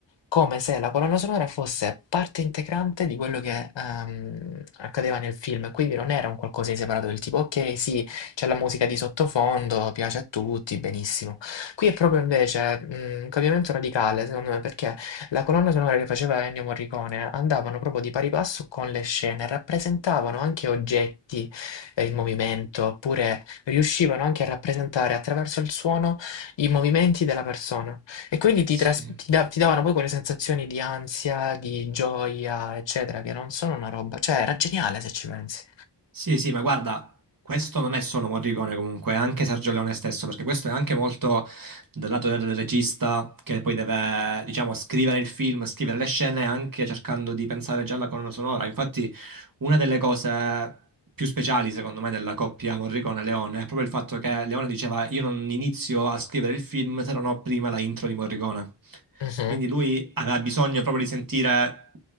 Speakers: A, on the left (about 75°); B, on the right (about 50°).
A: come se la colonna sonora fosse parte integrante di quello che, ehm, accadeva nel film, quindi non era un qualcosa di separato del tipo: "Okay, sì, c'è la musica di sottofondo, piace a tutti, benissimo". Qui è proprio invece, mhmm, un cambiamento radicale secondo me, perché la colonna sonora che faceva Ennio Morricone andavano proprio di pari passo con le scene, rappresentavano anche oggetti, ehm, in movimento, oppure riuscivano anche a rappresentare attraverso il suono i movimenti della persona. E quindi ti,
B: Sì.
A: tras- ti da- ti davano poi quelle sensazioni di ansia, di gioia, eccetera, che non sono una roba. Cioè, era geniale se ci pensi.
B: Sì, sì, ma guarda, questo non è solo Morricone comunque, è anche Sergio Leone stesso, perché questo è anche molto dal lato del regista che poi deve, diciamo, scrivere il film, scrivere le scene, anche cercando di pensare già alla colonna sonora. Infatti, una delle cose più speciali, secondo me, della coppia Morricone-Leone è proprio il fatto che Leone diceva io non inizio a scrivere il film se non ho prima la intro di Morricone.
A: Mhm,
B: Quindi lui aveva bisogno proprio di sentire